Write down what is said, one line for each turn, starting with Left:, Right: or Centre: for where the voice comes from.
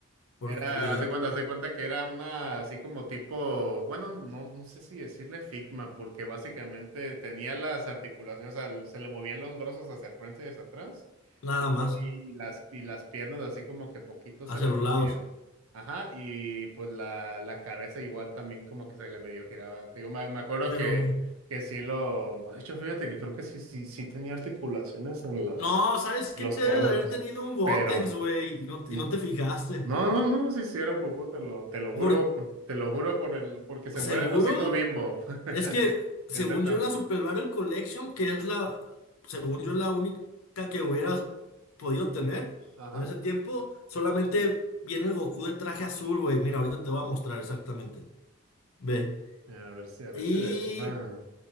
Left: Porque
Right: Era,
Left: eh,
Right: haz de cuenta, haz de cuenta que era una así como tipo, bueno, no, no sé si decirle Figma, porque básicamente tenía las articulaciones, o sea, el- se le movían los brazos hacia el frente y hacia atrás,
Left: nada
Right: y, pues,
Left: más.
Right: y, y las, y las piernas así como que poquito
Left: Hacia
Right: se le
Left: los
Right: movían,
Left: lados.
Right: ajá, y pues la, la cabeza igual también como que se le medio giraba. Te digo, me, me acuerdo
Left: Pero.
Right: que, que sí lo, no, de hecho, fíjate que creo que sí, sí, sí tenía articulaciones en los,
Left: No, ¿sabes
Right: los
Left: qué? Te
Right: codos,
Left: debe de haber tenido un Gotenks,
Right: pero
Left: güey. Y no,
Right: no.
Left: y no te fijaste.
Right: No, no, no, sí, sí era un Goku, te lo, te lo juro,
Left: Por
Right: te lo juro por el, porque se
Left: seguro.
Right: muere el osito Bimbo. <laughs>
Left: Es que,
Right: Sí,
Left: según
Right: Es neta.
Left: yo, la Super Barrel Collection, que es la, según yo, la única que hubieras podido tener
Right: Ajá.
Left: en ese tiempo, solamente viene el Goku de traje azul, güey. Mira, ahorita te voy a mostrar exactamente. Ve.
Right: A ver si, a ver
Left: Y,
Right: si de pura